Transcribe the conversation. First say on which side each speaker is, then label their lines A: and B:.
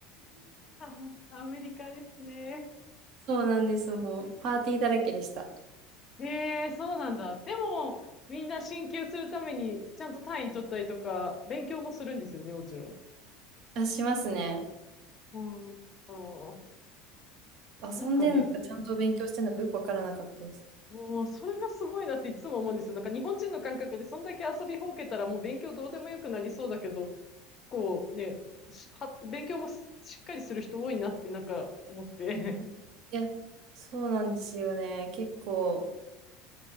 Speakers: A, on the left (about 35°); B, on the right (about 55°).
A: あ、アメリカですね。
B: そうなんです。もうパーティーだらけでした。
A: へえ、そうなんだ。でも、みんな進級するために、ちゃんと単位取ったりとか、勉強もするんですよね、もちろん。
B: あ、しますね。
A: うん、うん、
B: 遊んでんのか、
A: なんかね、
B: ちゃんと勉強してんのかよくわからなかったです。
A: もう、それがすごいなっていつも思うんですよ。なんか日本人の感覚で、そんだけ遊びほうけたらもう勉強どうでもよくなりそうだけど、こうね、しは、勉強もししっかりする人多いなって、なんか思って。
B: うんいや、そうなんですよね。結構、